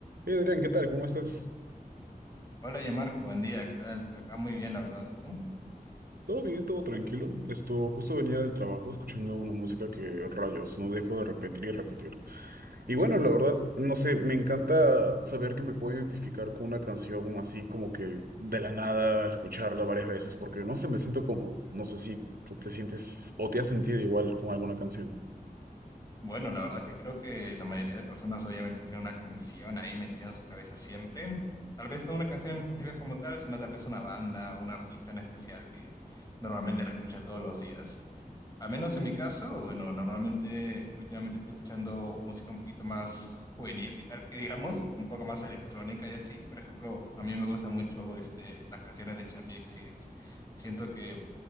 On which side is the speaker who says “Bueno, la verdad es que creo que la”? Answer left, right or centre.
Left